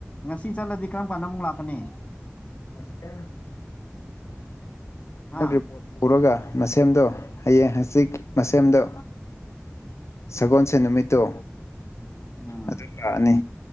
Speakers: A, on the left; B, on the left.
A: ꯉꯁꯤ ꯆꯠꯂꯗꯤ ꯀꯔꯝ ꯀꯥꯟꯗ ꯑꯃꯨꯛ ꯂꯥꯛꯀꯅꯤ
B: ꯃꯁꯦꯝ ꯑꯩꯅ
A: ꯍꯥ
B: ꯔꯤꯄꯣꯔꯠ ꯄꯨꯔꯒ ꯃꯁꯦꯝꯗꯣ ꯍꯌꯦꯡ ꯍꯪꯆꯤꯠ ꯃꯁꯦꯝꯗꯣ ꯁꯒꯣꯜꯁꯦꯜ ꯅꯨꯃꯤꯠꯇꯣ
A: ꯎꯝ
B: ꯑꯗꯨꯝ ꯂꯥꯛꯑꯅꯤ